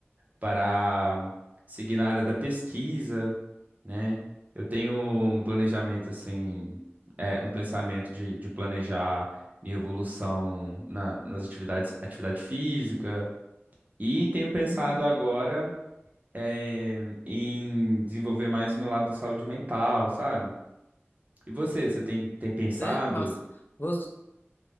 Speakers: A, on the right (about 35°); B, on the left (about 45°).
A: para seguir na área da pesquisa, né? Eu tenho um planejamento, assim, é, um pensamento de, de planejar minha evolução na- nas atividades, atividade física. E tenho pensado
B: uhum.
A: agora é, em desenvolver mais o meu lado da saúde mental, sabe? E você, você tem, tem pensado?
B: Sei que massa. Vo-